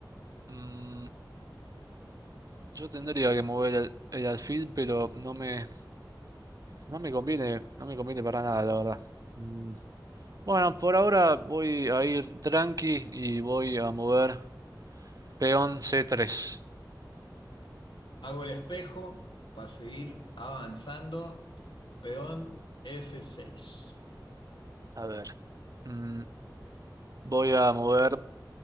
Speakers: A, on the right; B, on the left.
A: mm, yo tendría que mover el, el alfil, pero no me, no me conviene, no me conviene para nada, la verdad. Mm, bueno, por ahora voy a ir tranqui y voy a mover peón C3.
B: Hago el espejo para seguir avanzando, peón F6.
A: A ver, mm, voy a mover